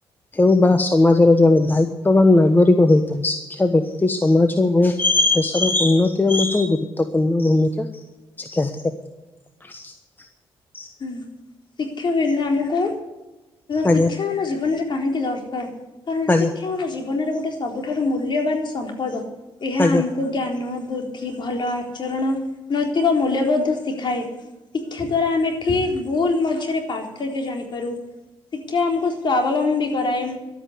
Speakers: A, on the left (about 20°); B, on the left (about 50°).
A: ହେଉ ବା ସମାଜର ଜଣେ ଦାଇତ୍ଵବାନ ନାଗରିକ ହୋଇଥାଉ ଶିକ୍ଷା ବ୍ୟକ୍ତି ସମାଜ ଓ ଦେଶର ଉନ୍ନତିର ମଧ୍ୟ ଗୁରୁତ୍ୱପୂର୍ଣ୍ଣ ଭୂମିକା ଶିଖାଇଥାଏ।
B: ହୁଁ ଶିକ୍ଷା ବିନା ଆମକୁ ଶିକ୍ଷା
A: ଆଜ୍ଞା
B: ଆମ ଜୀବନରେ କାହିଁକି ଦରକାର କାରଣ,
A: ଆଜ୍ଞା
B: ଶିକ୍ଷା ଆମ ଜୀବନରେ ଗୋଟେ ସବୁଠାରୁ ମୂଲ୍ୟବାନ ସମ୍ପଦ ଏହା
A: ଆଜ୍ଞା
B: ଆମକୁ ଜ୍ଞାନ ବୁଦ୍ଧି ଭଲ ଆଚରଣ ନୈତିକ ମୂଲ୍ୟବୋଧ ଶିଖାଏ ଶିକ୍ଷା ଦ୍ଵାରା ଆମେ ଠିକ୍ ଭୁଲ ମଝିରେ ପାର୍ଥକ୍ୟ ଜାଣିପାରୁ। ଶିକ୍ଷା ଆମକୁ ସ୍ଵାବଲମ୍ବୀ କରାଏ।